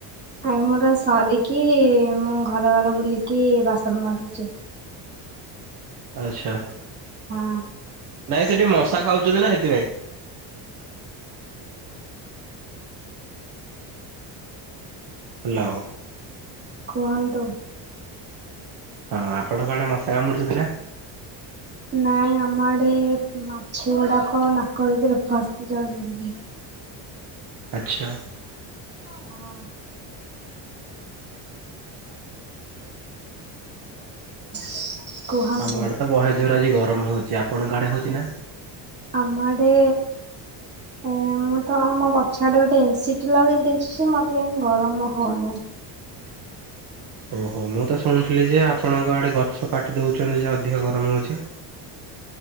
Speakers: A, on the right (about 20°); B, on the right (about 45°).
A: ଆମର ସାରିକି ମୁଁ ଘର ଘର ବୁଲିକି ବାସନ ମାଜୁଚି।
B: ଆଚ୍ଛା।
A: ହଁ।
B: ନାଇଁ ସେଠି ମଶା ଖାଉଚନ୍ତି ନା ହେତିପାଇଁ। ହାଲୋ।
A: କୁହନ୍ତୁ।
B: ହଁ ଆପଣଙ୍କ‌ ଆଡେ ମଶା କାମୁଡୁଚନ୍ତି ନା?
A: ନାଇଁ ଆମ ଆଡେ ମାଛିଗୁଡାକ ନାକ ଭିତେରେ ଫସି ଯାଉଚନ୍ତି।
B: ଆଚ୍ଛା।
A: ହଁ। <inaudible> <inaudible> କୁହନ୍ତୁ
B: ଆମ ଆଡେ ତ ବହେ ଜୋର୍ ଆଜି ଗରମ ହଉଚି ଆପଣଙ୍କ ଆଡେ ହଉଚି ନା?
A: ଆମ ଆଡେ ଏ ମୁଁ ତ ଆ ମୋ ପଛ ଆଡେ ଗୋଟେ ଏସିଟେ ଲଗେଇ ଦେଇଛି ଯେ ମତେ କାହିଁ ଗରମ ହଉ ନାହିଁ।
B: ଓହୋ ମୁଁ ତ ଶୁଣୁଥିଲି ଯେ ଆପଣଙ୍କ ଆଡେ ଗଛ କାଟି ଦଉଚନ୍ତି ଯେ ଅଧିକ ଗରମ ହଉଚି।